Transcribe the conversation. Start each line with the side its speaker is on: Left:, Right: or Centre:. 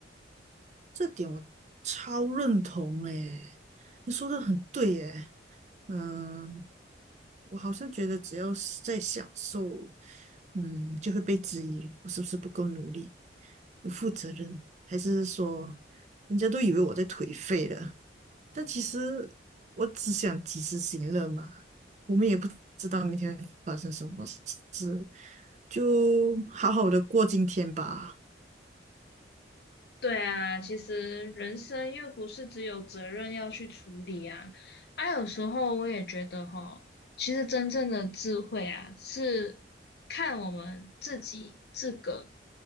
Right: 这点我超认同诶，你说的很对诶，嗯，我好像觉得只要是在享受，嗯，就会被质疑我是不是不够努力、不负责任，还是说人家都以为我在颓废了。但其实我只想及时行乐嘛，我们也不知道明天会发生什么事，就好好的过今天吧。
Left: 对啊，其实人生又不是只有责任要去处理啊。啊，有时候我也觉得哈，其实真正的智慧啊，是看我们自己自个